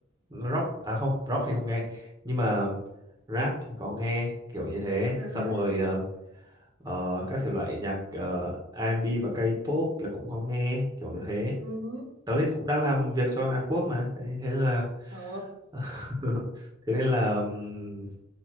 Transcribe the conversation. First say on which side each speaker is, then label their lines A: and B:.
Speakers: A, on the right; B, on the right.
A: rock à không rock thì không nghe nhưng mà rap thì có nghe kiểu như thế
B: uh-huh.
A: xong rồi ờ, ờ, các thể loại nhạc ờ, R&B và K-pop là cũng có nghe kiểu như thế
B: uh
A: tớ thì cũng đang làm việc cho Hàn Quốc mà thế, thế nên là
B: Ồ.
A: <laughs> thế nên là ừm,